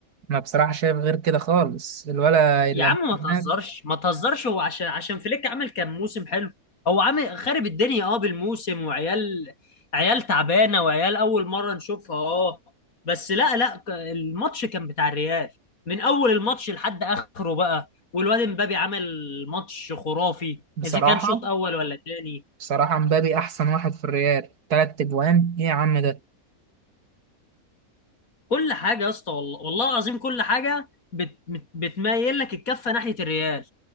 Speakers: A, on the right; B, on the left.
A: انا بصراحة شايف غير كده خالص الولا اللي
B: يا عم ما تهزرش
A: هناك
B: ما تهزرش هو عشان عشان فليك عمل كان موسم حلو هو عامل خارب الدنيا اه بالموسم وعيال عيال تعبانه وعيال اول مره نشوفها اه بس لا لا ك- الماتش كان بتاع الريال من اول الماتش لحد اخره بقى والواد امبابي عمل ماتش خرافي
A: بصراحة
B: اذا كان شوط اول ولا تاني
A: بصراحة مبابي احسن واحد في الريال تلات اجوان ايه يا عم ده
B: كل حاجه يا اسطى والله والله العظيم كل حاجه بت بت- بتميل لك الكفه ناحيه الريال